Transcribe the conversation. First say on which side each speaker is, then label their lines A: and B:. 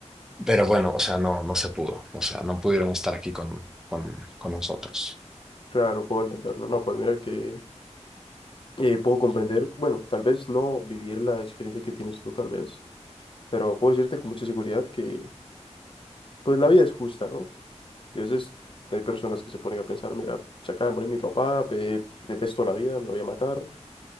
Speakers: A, in the centre; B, on the left.
A: pero bueno, o sea, no, no se pudo. O sea, no pudieron estar aquí con, con, con nosotros.
B: Claro, puedo entenderlo. No, pues mira que eh, puedo comprender, bueno, tal vez no vivir la experiencia que tienes tú, tal vez, pero puedo decirte con mucha seguridad que pues la vida es justa, ¿no? Y a veces hay personas que se ponen a pensar, mira, se acaba de morir mi papá, pe- detesto la vida, me voy a matar,